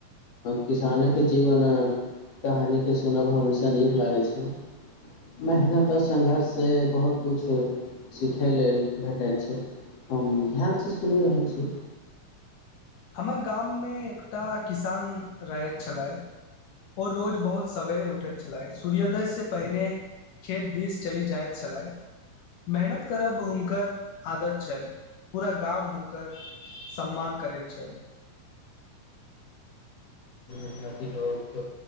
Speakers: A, on the left (about 55°); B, on the left (about 80°).
A: किसानकेँ जीवन कहानीकेँ सुनब हमेशा नीक लागैत छैक मेहनत आ संघर्षसँ बहुत किछु सिखय लेल भेटैत छैक हम ध्यानसँ सुनि रहल छी
B: हमर गाममे एकटा किसान रहैत छलैथ ओ रोज बहुत सवेरे उठैत छलय सूर्योदय से पहिने खेत दिस चल जाइत छलैथ मेहनत करब हुनकर आदत छल पूरा गाम हुनकर सम्मान करैत छल
A: उन्नति लोक